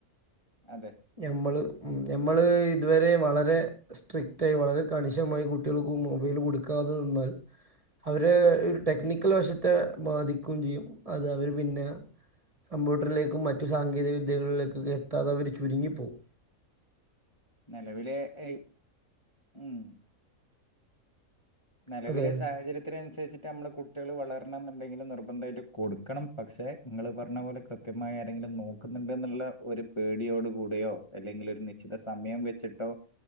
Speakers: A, on the left; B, on the right.
A: അതെ
B: നമ്മൾ ഉം ഞമ്മൾ ഇതുവരെ വളരെ സ്ട്രിക്റ്റ ആയി വളരെ കണിശമായി കുട്ടികൾക്ക് മൊബൈൽ കൊടുക്കാതെ നിന്നാൽ അവരെ ഒരു ടെക്നിക്കൽ വശത്തെ ബാധിക്കുകയും ചെയ്യും അത് അവർ പിന്നെ കമ്പ്യൂട്ടറിലേക്കും മറ്റു സാങ്കേതികവിദ്യകളിലേക്കൊക്കെ എത്താതവര് ചുരുങ്ങിപ്പോവും
A: നിലവിലെ ഹെ ഐ ഉം നിലവിലെ
B: അതെ അതെ
A: സാഹചര്യത്തിനുസരിച്ചിട്ട് നമ്മ കു ട്ടികൾ വളരണം ന്നുണ്ടെങ്കിൽ നിർബന്ധമായിട്ട് കൊടുക്കണം പക്ഷെ നിങ്ങൾ പറഞ്ഞ പോലെ കൃത്യമായി ആരെങ്കിലും നോക്ക ക്കുന്നുണ്ട് എന്നുള്ള ഒരു പേടിയോട് കൂടയോ അല്ലെങ്കിൽ ഒരു നിശ്ചിത സമയം വെച്ചിട്ടോ